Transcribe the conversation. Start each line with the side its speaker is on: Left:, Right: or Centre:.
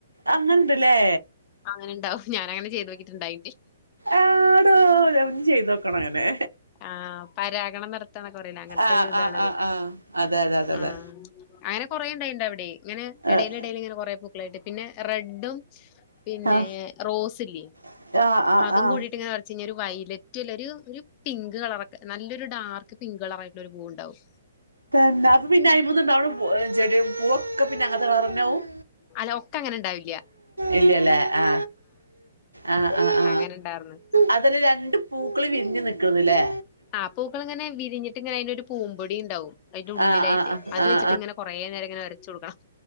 Right: അങ്ങനെഇണ്ട്ലെ?
Left: അങ്ങനെ ഉണ്ടാവും ഞാനങ്ങനെ ചെയ്തു നോക്കീ ട്ടിണ്ടായിനിം.
Right: ആടോ ഞാനൊന്ന് ചെയ്തോക്കണം അങ്ങനെ
Left: ആ പരാഗണം നടത്തന്നൊക്കെ പറയൂലെ അങ്ങനത്തെ
Right: ആഹ്
Left: ഒരു ഇതാണ്
Right: ആഹ്
Left: അത്
Right: ആഹ് ആഹ് അതെ അതെ അതെ അതെ
Left: ആ അങ്ങനെ കൊറേ ഇണ്ടായിണ്ട് ഇ വിടെ ഇങ്ങനെ ഇടല്
Right: ആഹ്
Left: ഇടല് ഇങ്ങനെ കൊറെ പൂക്കളായിട്ട്. പിന്നെ റെഡും പിന്നെ
Right: ആഹ്
Left: റോസില്ലേ?
Right: ആഹ് ആഹ്
Left: അതും
Right: ആഹ്
Left: കൂടിയിട്ട് ഇങ്ങനെ ഒരച്ച് ഞ്ഞാ ഒരു വൈ ലെറ്റ്‌ല്ലൊരു ഒരു പിങ്ക് കളർ ഒക്കെ നല്ലൊരു ഡാർക്ക് പിങ്ക് കളർ ആയിട്ടുള്ള ഒരു പൂവ് ഇണ്ടാവും.
Right: തെന്നെ അപ്പോ പിന്നെ അയിമന്ന് ചെടി പൂവൊക്കെ പിന്നെ അങ്ങത്തെ കളറേന്നെ ആവും.
Left: അല്ല ഒക്കെ അങ്ങനെ ഇണ്ടാവില്ല്യ.
Right: ഇല്ലല്ലേ ആ ആ ആ് ആ
Left: അങ്ങനെ ഇണ്ടാർന്ന്
Right: അതൊരു രണ്ട് പൂക്കൾ വിരിഞ്ഞു നിക്ക് <unintelligible> ല്ലേ
Left: ആ പൂക്കൾ ഇങ്ങനെ വിരിഞ്ഞിട്ട് ഇങ്ങനെ അയിന്റെ ഒരു പൂമ്പൊടി ഇ ണ്ടാവും. അതി്ന്റെ ഉള്ളിലായിട്ട്
Right: ആഹ് ആഹ്
Left: അത്
Right: ആഹ്
Left: വെച്ചിട്ട് ഇങ്ങനെ കുറേ നേരം ഇങ്ങനെ ഒരച്ച് കൊടുക്കണം.